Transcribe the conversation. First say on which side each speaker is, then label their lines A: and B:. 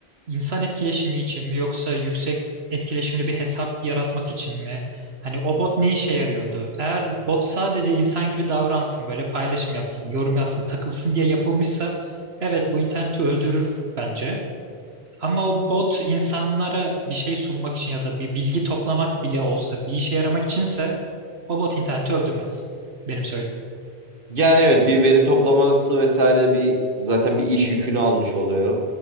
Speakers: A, on the right; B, on the right.
A: İnsan etkileşimi için mi yoksa yüksek etkileşimli bir hesap yaratmak için mi? Hani o bot ne işe yarıyordu? Eğer bot sadece insan gibi davransın, böyle paylaşım yapsın, yorum yazsın, takılsın diye yapılmışsa evet bu interneti öldürür bence. Ama o bot insanlara bir şey sunmak için ya da bir bilgi toplamak bile olsa bir işe yaramak içinse o bot interneti öldürmez. Benim
B: Yani evet bir veri toplaması vesaire bir zaten bir iş yükünü almış oluyor.